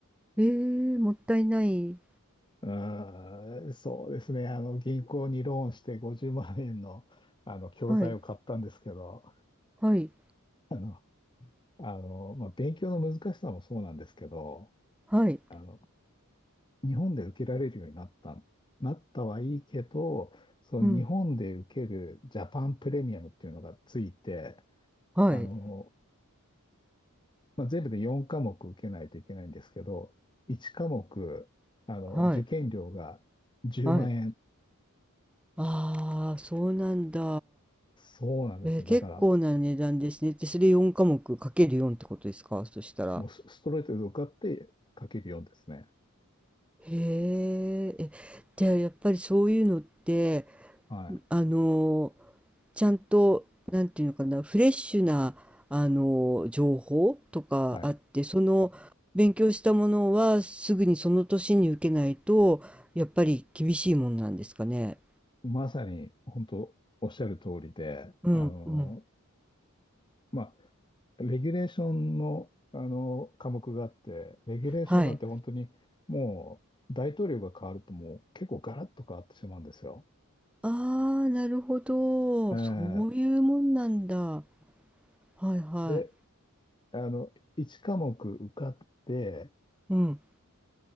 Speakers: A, in the centre; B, on the left.
A: えー、もったいない。
B: うーん、そうですね、あの、銀行にローンして50万円の、あの、教材を買ったんですけど、
A: はい、はい、
B: あの、あの、まあ、勉強の難しさもそうなんですけど、
A: はい、
B: あの、日本で受けられるようになった、なったはいいけど、その日本で受けるジャパンプレミアムっていうのがついて、
A: うん、はい、
B: あの、まあ、全部で4科目受けないといけないんですけど、1科目、あの、
A: はい、
B: 受験料が10万円。
A: はい。ああ、そうなんだ。
B: そうなんです。
A: えー結構な値段ですね。
B: だから、
A: で、それ4科目かける4ってことですか？そしたら。
B: もうスストレートで受かってかけるようですね。
A: へえ、え、じゃあやっぱりそういうのって、
B: はい。
A: あの、ちゃんと、なんていうのかな、フレッシュな、あの、情報とかあって、
B: はい。
A: その勉強したものはすぐにその年に受けないと、やっぱり厳しいもんなんですかね。
B: まさに、本当おっしゃる通りで、
A: うん、
B: あの、
A: うん。
B: まあ、レギュレーションの、あの科目があって、レギュレーションなんて本当にもう大統領が変わるともう結構ガラッと変わってしまうんですよ。
A: はい。ああ、なるほど。
B: えー
A: そういうもんなんだ。はいはい。
B: で、あの、1科目受かって、
A: うん、